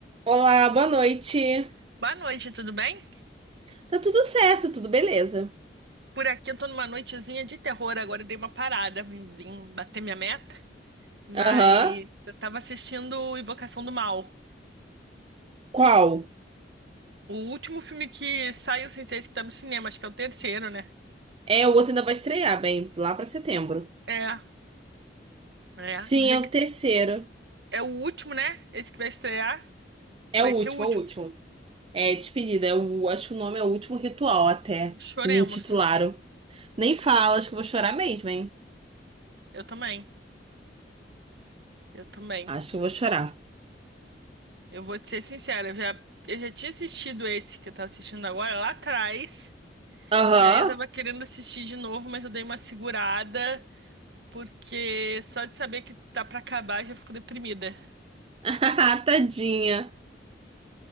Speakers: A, on the right; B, on the right.
A: Olá, boa noite.
B: Boa noite, tudo bem?
A: Tá tudo certo, tudo beleza.
B: Por aqui eu tô numa noitezinha de terror, agora eu dei uma parada, vim, vim bater minha meta, mas
A: Aham.
B: eu tava assistindo Invocação do Mal.
A: Qual?
B: O último filme que saiu sem ser esse que tá no cinema, acho que é o terceiro, né?
A: É, o outro ainda vai estrear, bem, lá pra setembro.
B: É, é,
A: Sim,
B: dizem
A: é o
B: que
A: terceiro.
B: é o último, né? Esse que vai estrear,
A: É
B: vai
A: o
B: ser
A: último,
B: o último.
A: é o último. É despedida, é o, acho que o nome é o último ritual até.
B: Choremos.
A: Eles intitularam. Nem fala, acho que eu vou chorar mesmo, hein?
B: Eu também, eu também.
A: Acho que eu vou chorar.
B: Eu vou te ser sincera, eu já, eu já tinha assistido esse que eu tava assistindo agora lá atrás,
A: Aham.
B: e aí eu tava querendo assistir de novo, mas eu dei uma segurada. Porque só de saber que tá pra acabar já fico deprimida.
A: <laughs> Tadinha.